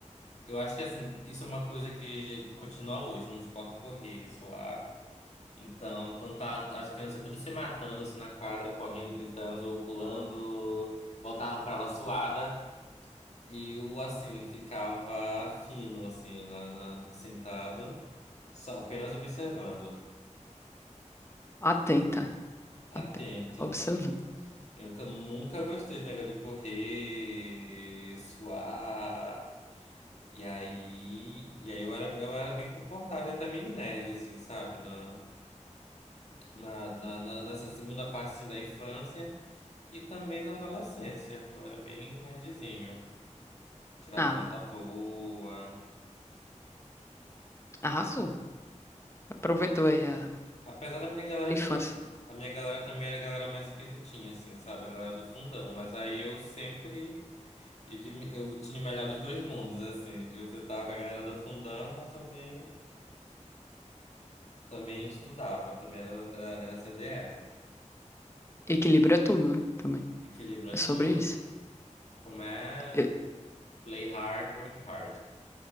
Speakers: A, on the left; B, on the left.
A: Eu acho que assim, isso é uma coisa que continua hoje, não suporta correr, suar. Então, quando tá as crianças todas se matando assim na quadra, correndo, gritando, pulando, voltavam pra aula suada, eu assim ficava fino assim na, na- sentado, só apenas observando,
B: Atenta,
A: atento.
B: atenta. Observando.
A: Eu nunca nunca gostei de negócio de correr, suar. E aí, e aí eu era, eu era bem comportado e até meio nerd, assim, sabe? Na, na, na, na- nessa segunda parte, assim, da infância e também na adolescência. Eu era bem nerdzinho. Tirava
B: Ah,
A: nota boa.
B: arrasou. Aproveitou aí a,
A: Apesar da minha galera
B: a infância.
A: também... se- A minha galera também era a galera mais esquisitinha, assim, sabe? A galera do fundão. Mas aí eu sempre... E de, eu tinha o melhor dos dois mundos, assim. que Você tava com a galera do fundão, mas também, também estudava, também era, era, era CDF.
B: Equilíbrio é tudo, né? Também.
A: Equilibra
B: É sobre
A: tudo.
B: isso.
A: Como é
B: Eu-
A: play hard, work hard.